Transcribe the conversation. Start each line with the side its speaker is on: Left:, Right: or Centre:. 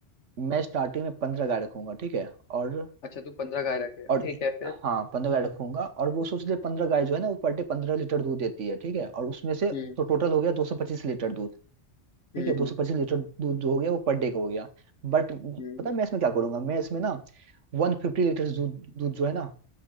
Right: मैं स्टार्टिंग में पंद्रह गाय रखूंगा ठीक है और
Left: अच्छा तू पंद्रह गाय रखेगा
Right: और
Left: ठीक है फिर
Right: हाँ पंद्रह गाय रखूंगा और वो सोच ले पंद्रह गाय जो है ना वो पर डे पंद्रह लीटर दूध देती है ठीक है और उसमें से
Left: हम्म
Right: तो टोटल हो गया दो सौ पच्चीस लीटर दूध
Left: हम्म
Right: ठीक है दो सौ पच्चीस लीटर दूध जो हो गया वो पर डे का हो गया बट
Left: हम्म
Right: पता है मैं इसमें क्या करूंगा मैं इसमें ना वन फिफ्टी लीटर दूध दूध जो है ना